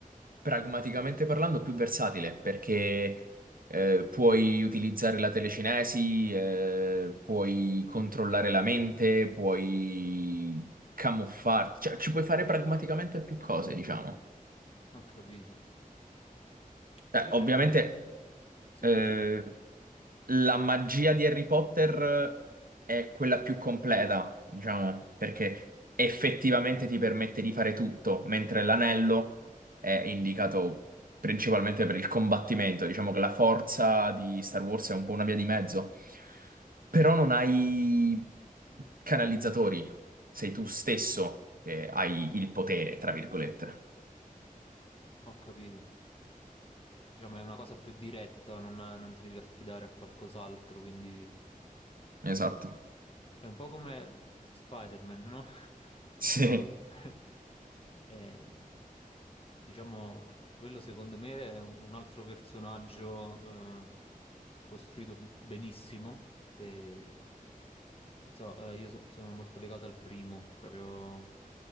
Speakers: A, on the right; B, on the left.
A: pragmaticamente parlando più versatile perché eh, puoi utilizzare la telecinesi, eh, puoi controllare la mente, puoi camuffarti, cioè ci puoi fare pragmaticamente più cose, diciamo.
B: non ho capito. Invece,
A: Eh, ovviamente
B: mm, mm, sì,
A: eh,
B: dici, dici.
A: la magia di Harry Potter è quella più completa, diciamo, perché effettivamente ti permette di fare tutto, mentre l'anello è indicato principalmente per il combattimento. Diciamo che la forza di Star Wars è un po' una via di mezzo, però non hai canalizzatori, sei tu stesso che hai il potere, tra virgolette.
B: Ho capito. Diciamo è una cosa più diretta, non, non ti devi affidare a qualcos'altro, quindi
A: Esatto. <laughs>
B: è un po' come Spider-Man, no? <laughs>
A: Sì,
B: Non so. <laughs> Eh, diciamo, quello secondo me è un un altro personaggio eh, costruito benissimo. E, non so, eh, io so- sono molto legato al primo, proprio